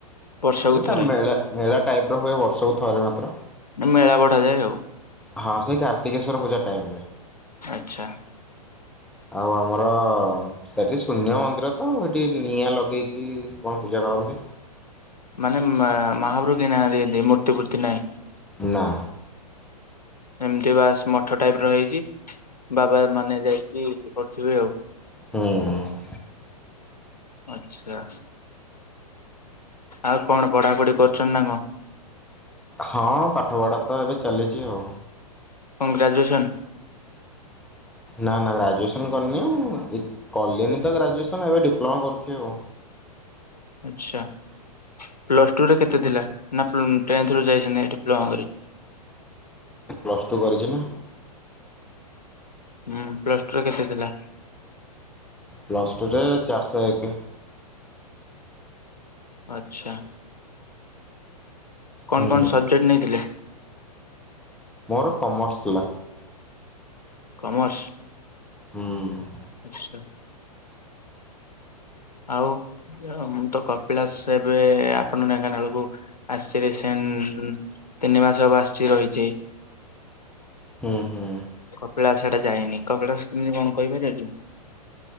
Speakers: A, on the left (about 80°); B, in the centre.
A: ବର୍ଷକୁ
B: ମାନେ ତା
A: ଥରେ
B: ମେଳା ମେଳା ଟାଇପ ର ହୁଏ ବର୍ଷକୁ ଥରେ ମାତ୍ର।
A: ମେଳା ବଢାଯାଏ ଆଉ
B: ହଁ ସେଇ କାର୍ତିକେଶ୍ଵର ପୂଜା ଟାଇମ ରେ।
A: ଆଚ୍ଛା।
B: ଆଉ ଆମର ସେଠି ଶୂନ୍ୟ ମନ୍ଦିର ତ ସେଠି ନିଆଁ ଲଗେଇକି କଣ ପୂଜା କରନ୍ତି।
A: ମାନେ ମହାଭୃଗୀ ନାଁ ଦିଅନ୍ତି ମୂର୍ତ୍ତି ଫୂର୍ତ୍ତି ନାହିଁ।
B: ନା।
A: ଏମିତି ବାସ୍ ମଠ ଟାଇପ ର ହେଇଛି ବାବା ମାନେ ଯାଇକି। କରିିବ ଆଉ।
B: ହୁଁ।
A: ଆଚ୍ଛା। ଆଉ କଣ ପଢାପଢି କରୁଛନ୍ତି ନା ସାଙ୍ଗ।
B: ହଁ ପାଠ ପଢା ତ ଏବେ ଚାଲିଛି ଆଉ।
A: କଂଗ୍ରେଜୁଏସନ୍?
B: ନା ନା ଗ୍ରାଜୁଏସନ କରିନି ଆଉ କଲେନି ତ ଗ୍ରାଜୁଏସନ ଏବେ ଡିପ୍ଲୋମା କରୁଛି ଆଉ।
A: ଆଚ୍ଛା ପ୍ଲସ୍ ଟୁରେ କେତେ ଥିଲା ନା ଟେନ୍ଥରୁ ଯାଇଛନ୍ତି ଡିପ୍ଲୋମା କରି?
B: ପ୍ଲସ୍ ଟୁ କରିଛି ନା।
A: ହୁଁ ପ୍ଲସ ଟୁ ର କେତେ ଥିଲା?
B: ପ୍ଲସ୍ ଟୁରେ ଚାରିଶହ ଏକ।
A: ଆଛା କଣ
B: ହୁଁ
A: କଣ ସବଜେକ୍ଟ ନେଇଥିଲେ?
B: ମୋର କମର୍ସ ଥିଲା।
A: କମର୍ସ।
B: ହୁଁ।
A: ଆଚ୍ଛା। ଆଉ ମୁଁ ତ କପିଳାସ ଏବେ ଆପଣ ନଙ୍କାନ ବେଳକୁ। ଆସିଛି ସେ ତିନି ମାସ ହବ ଆସିଛି ରହିଛି।
B: ହୁଁ ହୁଁ।
A: କପଳା ସେଟା ଯାନି କପିଳା କେମିତି କଣ କହିପାର।